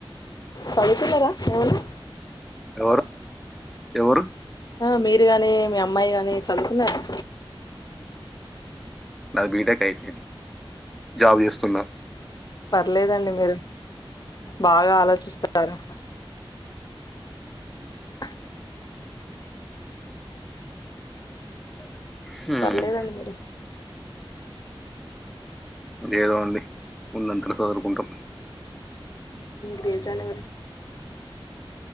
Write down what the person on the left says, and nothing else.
చదువుతున్నారా
ఏమన్నా
ఆ మీరు గాని మీ అమ్మాయి గాని చదువుకున్నారు
పర్లేదండి మీరు బాగా ఆలోచిస్తారు స
పర్లేదండి మీరు
గ్రేట్నే వర